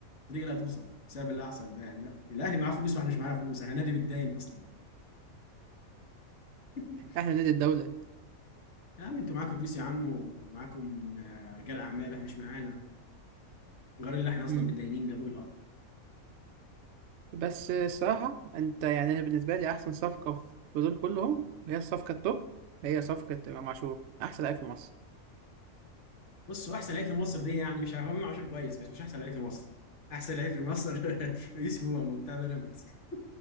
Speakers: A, on the left (about 55°); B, on the right (about 65°).
A: بطريقة لا توصف بسبب اللي حصل ده يعني لا الأهلي معاه فلوس وإحنا مش معانا فلوس إحنا نادي بيتداين أصلا <laughs>
B: احنا نادي الدوله
A: يا عم أنتوا معاكم فلوس يا عم ومعاكم آه، رجال أعمال إحنا مش معانا غير اللي إحنا أصلا
B: مم.
A: متداينين لأول الأرض
B: بس آه، الصراحه انت يعني انا بالنسبه لي احسن صفقه في دول كلهم هي الصفقه التوب هي صفقه امام عاشور احسن لعيب في مصر
A: بصوا أحسن لعيب في مصر دي يعني مش عارف هو إمام عاشور كويس بس مش أحسن لعيب في مصر أحسن لعيب في مصر <laughs> يوسف هو بتاع بيراميدز